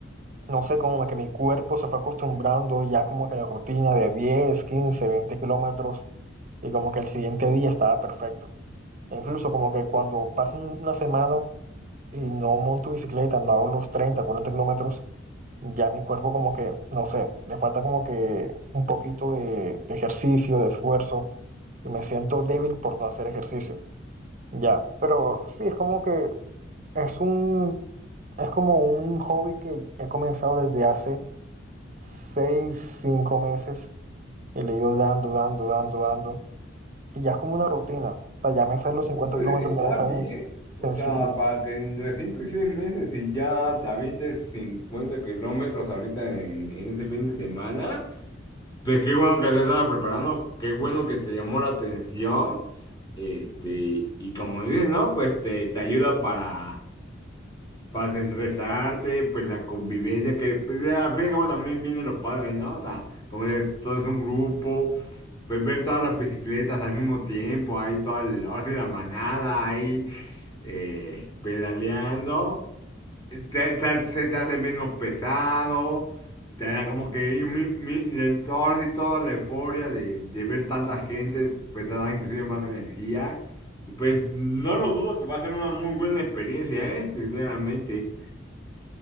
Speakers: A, on the right (about 40°); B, on the left (about 20°).
A: no sé, como que mi cuerpo se fue acostumbrando ya como que a la rutina de 10 15 20 kilómetros y como que el siguiente día estaba perfecto. E incluso como que cuando pasa un- una semana y no monto bicicleta, no hago los 30 40 kilómetros, ya mi cuerpo como que, no sé, le falta como que un poquito de, de ejercicio, de esfuerzo y me siento débil por no hacer ejercicio. Ya, pero sí, es como que es un, es como un hobby que he comenzado desde hace seis, cinco meses y le he ido dando, dando, dando, dando. Y ya es como una rutina. O sea, ya me salen
B: No,
A: los cincuenta
B: pues
A: kilómetros,
B: está
A: ya me salen
B: bien. O
A: sencillos.
B: sea, para que entre 5 y 6 meses y ya te avientes 50 kilómetros ahorita en, en este fin de semana, pues qué bueno que te estabas preparando, qué bueno que te llamó la atención. Este, y como dices, ¿no? Pues te, te ayuda para, para desestresarte, pues la convivencia, que pues, ya, al fin y al cabo también viene lo padre, ¿no? O sea, como dices, todo es un grupo, pues ver todas las bicicletas al mismo tiempo, ahí toda, el- ahora sí la manada, ahí eh, pedaleando, te- se, se te hace menos pesado, te da como que un mi- mi- el torso y toda la euforia de, de ver tanta gente, pues te da inclusive más energía. Y pues no lo dudo que va a ser una muy buena experiencia, ¿eh? Sinceramente.